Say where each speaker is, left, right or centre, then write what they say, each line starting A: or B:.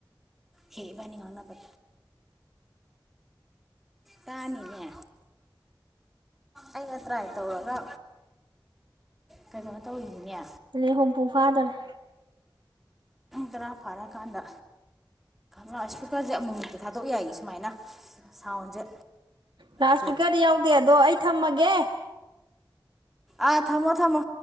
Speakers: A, in the centre; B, on the right (about 75°).
A: ꯍꯦꯕꯅꯤ ꯉꯅꯅꯕ ꯌꯥꯅꯤꯅꯦ ꯑꯩꯅ ꯇ꯭ꯔꯥꯏ ꯇꯧꯔꯒ ꯀꯩꯅꯣ ꯇꯧꯔꯤꯅꯤꯅꯦ
B: ꯂꯦ ꯍꯣꯝꯄꯨ ꯐꯥꯗꯔ
A: ꯇꯔꯥ ꯐꯥꯔꯛꯀꯥꯟꯗ ꯂꯥꯎꯗ ꯁ꯭ꯄꯤꯀꯔꯁꯦ ꯑꯃꯃꯨꯛꯇꯤ ꯊꯥꯗꯣꯛ ꯌꯥꯏ ꯁꯨꯃꯥꯏꯅ ꯁꯥꯎꯟꯁꯦ
B: ꯂꯥꯎꯗ
A: ꯀꯩ
B: ꯁ꯭ꯄꯤꯀꯔꯗꯤ ꯌꯥꯎꯗꯦ ꯑꯗꯣ ꯑꯩ ꯊꯝꯃꯒꯦ
A: ꯑꯥ ꯊꯝꯃꯣ ꯊꯃꯣ